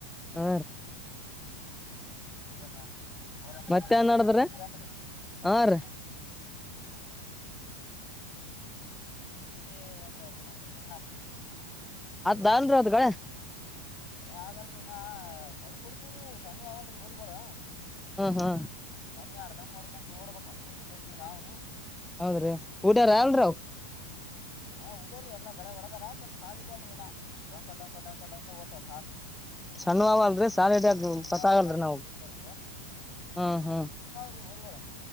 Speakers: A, in the centre; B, on the left.
A: ಆ
B: ಹಾ ಹಾ ಈ ಅವರಮ್ದ
A: ಮತ್ತೇನ್
B: ಮನೆಗಊಸಕಚ್ಚರಿ
A: ನಡದ್ರಿ
B: ಅಂದ್ರ ಅಂದ್ರ
A: ಹಾ ರೀ
B: ಇದೇ ಒಂದ್ ಅರ್ಧ ನೋಡದ್ರಿ
A: ದಾಂದ್ರ ಅದ ಕಡೆ
B: ಕಡೆ ಆಗಲ್ರರಿ ಇನ್ನ ಸ್ವಲ್ಪ ಹೊಡ್ತಿೀವ್ರರಿ ಸಣ್ಣ ಆಗಲ್ರರಿ ಊರಿಗಗಳು
A: ಹಾ ಹಾ
B: ದಮ್ಮ್್ಯಾಡ್ ದಮ್ ಮಾಡ್ಕೊಂಡು ನೋಡಬೇಕ ಅಂತ ಗ ಎಷ್ಟ ಬಂದೀವಿ ನಾ್ನು
A: ಹೌದ್ರಿ ಊಟಾರ ಅಲ್ರೀ ಅವ
B: ಹಾ ಉಡ್ಯ್ರರಿ ಎಲ್ಲಾ ಗಗಳೆ ಹೊಡದಾರ ಸ್ವಲ್ಪ ಸಾಲ ಇಡ್ ಅಲ್ರರಿ ಇನಾ ಡಂಕ ಡಂ ಡಕ ಡಂಕ ಒತ್ತ
A: ಸ್ಣ ಆಲ್ರಿ ಸಾಲಿಡಗ
B: ಸಣ್ಣವ
A: ಪತ್ತಾಗಲ್ರಿ
B: ಅವಲ್ಲ ಇನ್ನ
A: ನಾವು
B: ಊರಿಗಳು
A: ಹ್ಮ್ ಹ್ಮ್
B: ರಿಗಳ